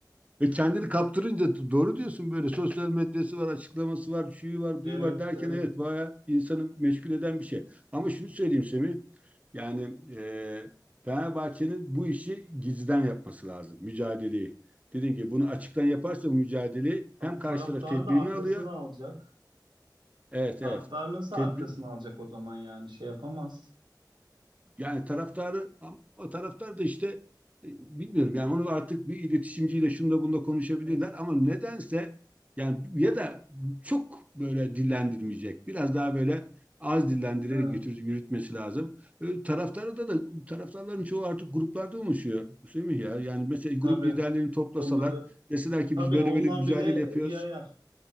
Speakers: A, on the right (about 20°); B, on the right (about 80°).
A: Ve kendini kaptırınca doğru diyorsun böyle sosyal medyası var, açıklaması var, şuyu var,
B: Evet,
A: buyu var derken
B: evet.
A: evet bayağı insanı meşgul eden bir şey. Ama şunu söyleyeyim Semih, yani e, Fenerbahçe'nin bu işi gizliden yapması lazım, mücadeleyi. Dediğim gibi bunu açıktan yaparsa bu mücadeleyi
B: Ama
A: hem karşı
B: taraftarı
A: taraf tedbirini
B: da arkasına
A: alıyor,
B: alacak.
A: evet
B: Taraftar
A: evet,
B: nasıl
A: tedbir,
B: arkasına alacak o zaman yani? Şey yapamaz.
A: Yani taraftarı ama taraftar da işte e, bilmiyorum yani onu artık bir iletişimciyle şunda bunda konuşabilirler
B: Neyse.
A: ama nedense yani ya da çok böyle dillendirmeyecek. Biraz daha böyle az dillendirerek
B: Hı,
A: götür, yürütmesi lazım. E, taraftarı da da taraftarların çoğu artık gruplarda oluşuyor. Semih ya yani mesela
B: tabii.
A: grup liderlerini toplasalar
B: Onları
A: deseler ki
B: tabii
A: biz böyle
B: onlar
A: böyle bir mücadele
B: bile
A: yapıyoruz.
B: yayar.